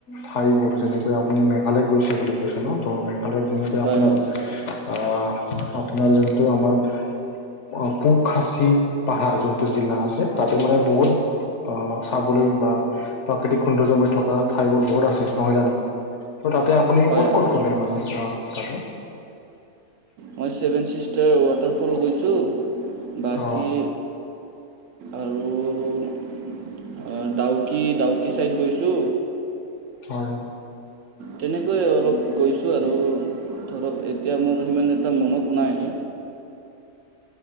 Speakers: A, on the left (about 60°); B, on the right (about 65°).
A: ঠাইবোৰ যেনেকৈ আপুনি মেঘালয়ত গৈছে বুলি কৈছে ন ত' মেঘালয়ত যেনেকৈ
B: হয়
A: আপোনাৰ
B: হয়
A: আহ, আপোনাৰ যোনটো আমাৰ অ' পোক খাচী পাহাৰ যোনটো জিলা আছে তাতে মানে বহুত আহ চাবলৈ বা প্ৰাকৃতিক সৌন্দৰ্যময় থকা ঠাইবোৰ বহুত আছে নহয় জানো? ত' তাতে আপুনি ক'ত
B: হয়
A: ক'ত
B: হয়
A: গ'লে মানে তাতে
B: মই ছেভেন চিষ্টাৰ ৱাটাৰফল গৈছো, বাকী
A: অ
B: আৰু ডাউকি ডাউকি চাইদ গৈছো।
A: হয়।
B: তেনেকৈ অলপ গৈছোঁ আৰু, ধৰক এতিয়া মোৰ সিমান এটা মনত নাই।